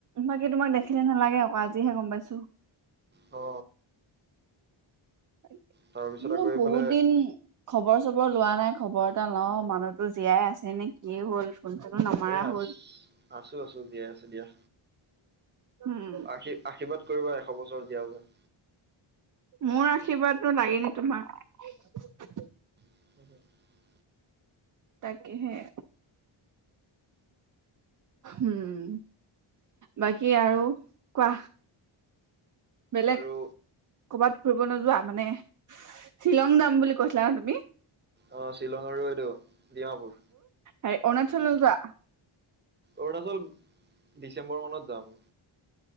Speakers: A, on the right; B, on the right.
A: বাকী তোমাক দেখিলে নালাগে আকৌ আজিহে গম পাইছো
B: অ
A: ত
B: তাৰপিছত
A: মোৰ
B: আকৌ
A: বহুত
B: এইফালে
A: দিন খবৰ চবৰ লোৱা নাই খবৰ এটা লও মানুহতো জীয়াই আছে নে কিয়ে হ'ল ফোন চোনো নামাৰা
B: এ আছ
A: হ'ল।
B: আছো আছো জীয়াই আছে দিয়া
A: উম,
B: আশী আশীৰ্বাদ কৰিবা এশ বছৰ জিয়াও যেন
A: মোৰ আশীৰ্বাদনো লাগে ন তোমাক
B: <unintelligible>
A: তাকে সেই উম বাকী আৰু কোৱা বেলেগ
B: আৰু
A: কৰ'বাত ফুৰিব নোযোৱা মানে শ্বিলং যাম বুলি কৈছিলা ন তুমি
B: অ শ্বিলং আৰু এইটো ডিমাপুৰ
A: হ অৰুণাচল নজোৱা
B: অৰুণাচল ডিচেম্বৰ মানত যাম